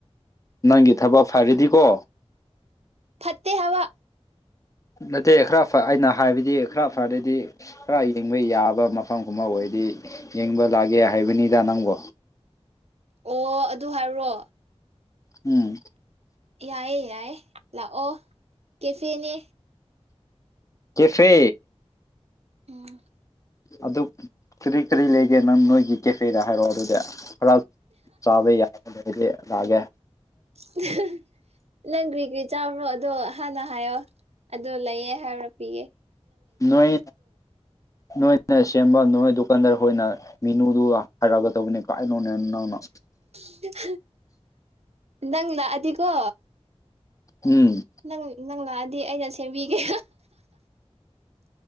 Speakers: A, on the left; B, on the right.
A: ꯅꯪꯒꯤ ꯊꯕꯛ ꯐꯔꯗꯤꯀꯣ
B: ꯐꯠꯇꯦ ꯍꯥꯏꯕꯥ
A: ꯅꯠꯇꯦ ꯈꯔ ꯑꯩꯅ ꯍꯥꯏꯕꯗꯤ ꯈꯔ ꯐꯔꯗꯤ ꯈꯔ ꯌꯦꯡꯕ ꯌꯥꯕ ꯃꯐꯝꯒꯨꯝꯕ ꯑꯣꯏꯔꯗꯤ ꯌꯦꯡꯕ ꯂꯥꯛꯒꯦ ꯍꯥꯏꯕꯅꯤꯗ ꯅꯪꯕꯨ
B: ꯑꯣ ꯑꯗꯨ ꯍꯥꯏꯕ꯭ꯔꯣ
A: ꯎꯝ
B: ꯌꯥꯏꯌꯦ ꯌꯥꯏꯌꯦ ꯂꯥꯛꯑꯣ ꯀꯦꯐꯦꯅꯦ
A: ꯀꯦꯐꯦ
B: ꯎꯝ
A: ꯑꯗꯨ ꯀꯔꯤ ꯀꯔꯤ ꯂꯩꯒꯦ ꯅꯪ ꯅꯣꯏꯒꯤ ꯀꯦꯐꯦꯗ ꯍꯥꯏꯔꯛꯑꯣ ꯑꯗꯨꯗꯤ ꯈꯔ ꯆꯕ ꯌꯥꯔꯗꯤ ꯆꯥꯒꯦ
B: ꯎ <unintelligible> ꯅꯪ ꯀ꯭ꯔꯤ ꯀ꯭ꯔꯤ ꯆꯥꯕ꯭ꯔꯣ ꯑꯗꯣ ꯍꯥꯟꯅ ꯍꯥꯏꯌꯣ ꯑꯗꯨ ꯂꯩꯌꯦ ꯍꯥꯏꯔ ꯄꯤꯒꯦ
A: ꯅꯣꯏ ꯅꯣꯏꯅ ꯁꯦꯝꯕ ꯅꯣ ꯍꯣꯏ ꯗꯨꯀꯥꯟꯗꯔ ꯍꯣꯏꯅ ꯃꯤꯅꯨꯗꯨꯒ ꯍꯥꯏꯔꯛꯒꯗꯧꯕꯅꯦ ꯀꯥꯏꯅꯣꯅꯦ ꯅꯪꯅ
B: <unintelligible> ꯅꯪ ꯂꯥꯛꯑꯗꯤꯀꯣ
A: ꯎꯝ
B: ꯅꯪ ꯅꯪ ꯂꯥꯛꯑꯗꯤ ꯑꯩꯅ ꯁꯦꯝꯕꯤꯒꯦ